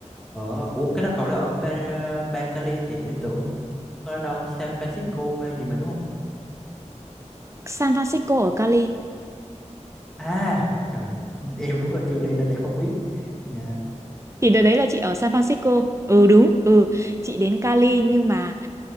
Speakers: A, in the centre; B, on the right.
A: ở Ủa cái đó cầu đó ở bang, bang Cali hả chị? Em tưởng ở đâu San Francisco hay gì mà đúng không?
B: San Francisco ở Cali
A: À, trời em đúng là chưa đi nên em không biết. Dạ.
B: Thì đợt đấy là chị ở San Francisco. Ừ đúng, ừ. Chị đến Cali nhưng mà